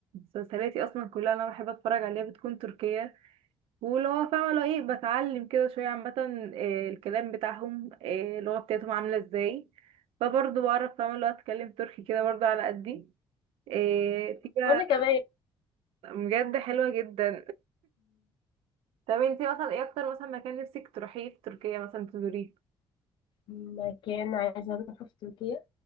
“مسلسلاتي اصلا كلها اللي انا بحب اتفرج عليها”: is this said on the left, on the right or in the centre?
Right